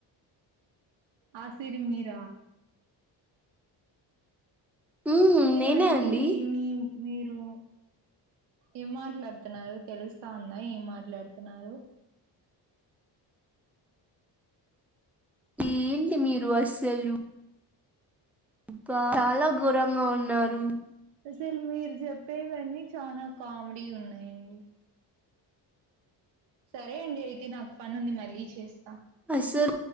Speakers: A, on the right; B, in the centre.
A: ఆ సిరి మీర
B: మ్మ్
A: ఏమండి
B: నేనే అండి
A: మీ మీరు ఏం మాట్లాడుతున్నారు తెలుస్త ఉందా ఏం మాట్లాడుతున్నారు
B: ఏంటి మీరు అస్సలు అబ్బా చాల ఘోరంగా ఉన్నారు
A: అసలు మీరు చెప్పేవన్నీ చాల కామెడీ ఉన్నాయండి సరే అండి అయితే నాకు పని ఉంది మళ్ళీ చేస్త
B: అసల్